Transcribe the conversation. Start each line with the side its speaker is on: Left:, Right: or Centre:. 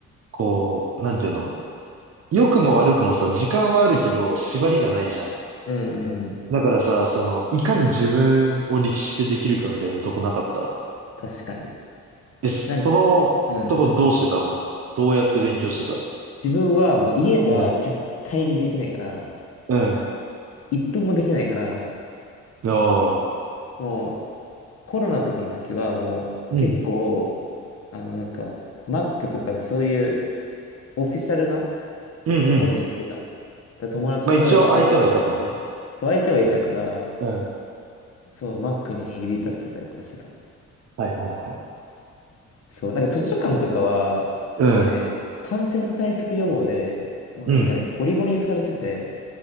Right: こう、なんていうの、良くも悪くもさ、時間はあるけど、縛りがないじゃん。
Left: うん、うんうん、
Right: だからさ、その、いかに自分を律してできるかみたいなとこなかった。
Left: 確かに。
Right: え、
Left: なん、
Right: そのとこどうしてたのどうやって勉強してた
Left: うん。自分はもう家じゃ絶対にできないから、
Right: うん、うん、
Left: 一分もできないから、
Right: ああ、
Left: もうコロナとかの時はもう結構、
Right: うん、
Left: あのなんか、Mac とかそういうオフィシャルな
Right: うん、
Left: とこに行ってた。
Right: うん。
Left: だから友達と一緒に、
Right: まあ一応相手はいたもんね。
Left: そう相手はいたから、
Right: うん、
Left: そう Mac に入り浸ってたりとかしてた。
Right: はいはいはい。
Left: そう、なんか図書館とかは、
Right: うん、
Left: もうね、感染対策予防で、もうなんかね、
Right: うん、
Left: ゴリゴリにされてて、